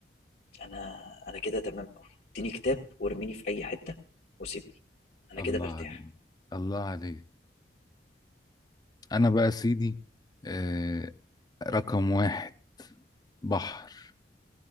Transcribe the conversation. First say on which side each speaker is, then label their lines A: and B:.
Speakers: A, on the left (about 60°); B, on the left (about 25°).
A: انا انا كده تمام قوي اديني كتاب وارميني في اي حته وسيبني انا
B: الله
A: كده مرتاح
B: عليك الله عليك انا بقى يا سيدي آه رقم واحد بحر